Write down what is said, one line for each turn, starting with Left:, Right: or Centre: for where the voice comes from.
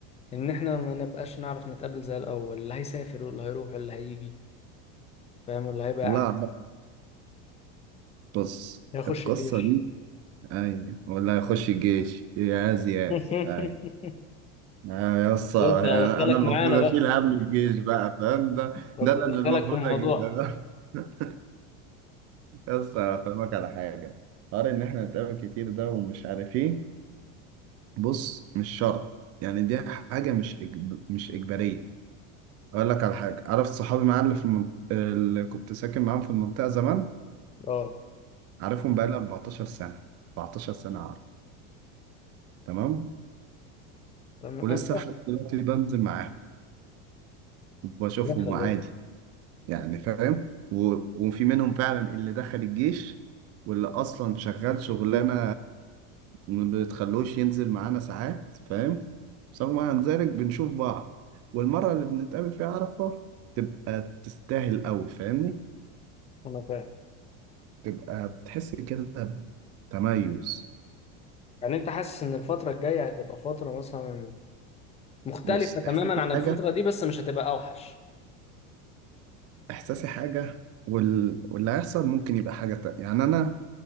Left: ان احنا ما نبقاش نعرف نتقابل زي الاول اللي هيسافر واللي هيروح واللي هيجي فاهم واللي هيبقى
Right: والله
Left: قاعد
Right: أعرف. بص
Left: هيخش
Right: القصة
Left: الجيش
Right: دي أي ولا هيخش الجيش يا زياد
Left: <laughs>
Right: أي آه، يا اسطى
Left: قلت ادخلك
Right: يعني أنا المفروض
Left: معانا بقى
Right: أشيل هم الجيش بقى فاهم ده
Left: قلت
Right: ده أنا
Left: ادخلك
Right: اللي المفروض
Left: في الموضوع
Right: أجيبه <laughs> يا اسطى أفهمك على حاجة حوار إن إحنا نتقابل كتير ده ومش عارف إيه بص مش شرط يعني دي حاجة مش إجب... مش إجبارية اقول لك على حاجه عارف صحابي معايا اللي في المنط... اللي كنت ساكن معاهم في المنطقه زمان
Left: <laughs> اه
Right: عارفهم بقالي 14 سنه 14 سنه عارف تمام
Left: تمام
Right: ولسه
Left: انا
Right: لحد دلوقتي بنزل معاهم وبشوفهم
Left: ربنا يخليهم
Right: وعادي يعني فاهم و... وفي منهم فعلا اللي دخل الجيش واللي اصلا شغال شغلانه ما بتخلوش ينزل معانا ساعات فاهم بس هو مع ذلك بنشوف بعض والمره اللي بنتقابل فيها عارفه تبقى تستاهل قوي فاهمني
Left: انا فاهم
Right: تبقى بتحس كده بتميز
Left: يعني انت حاسس ان الفترة الجاية هتبقى فترة مثلا مختلفة
Right: بص
Left: تماما
Right: احساسي
Left: عن الفترة
Right: حاجة
Left: دي بس مش هتبقى اوحش
Right: احساسي حاجة وال... واللي هيحصل ممكن يبقى حاجة تانية يعني انا